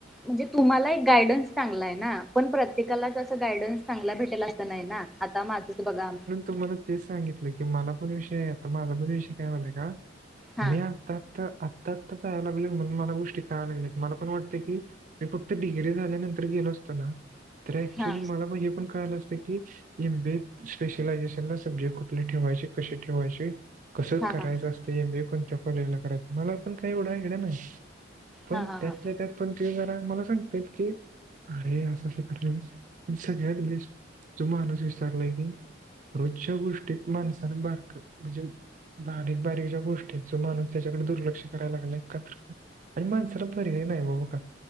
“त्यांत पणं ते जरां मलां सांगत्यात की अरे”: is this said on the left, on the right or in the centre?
Right